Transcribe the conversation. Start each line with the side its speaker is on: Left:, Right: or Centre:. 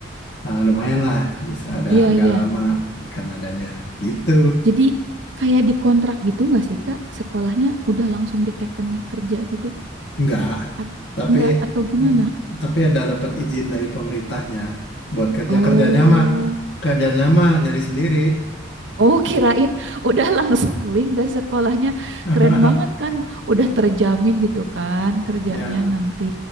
Left: eh, lumayan lah bisa ada
Right: iya
Left: agak
Right: iya.
Left: lama di Kanadanya gitu
Right: Jadi kayak dikontrak gitu nggak sih, Kak? Sekolahnya udah langsung diteken kerja gitu?
Left: nggak
Right: At
Left: tapi
Right: enggak atau gimana?
Left: mm, tapi ada dapat izin dari pemerintahnya buat kerja
Right: Oh.
Left: kerjanya mah kerjanya mah nyari sendiri
Right: Oh, kirain udah langsung link dari sekolahnya.
Left: <laughs>
Right: Keren banget kan, udah terjamin gitu kan kerjanya
Left: ya
Right: nanti.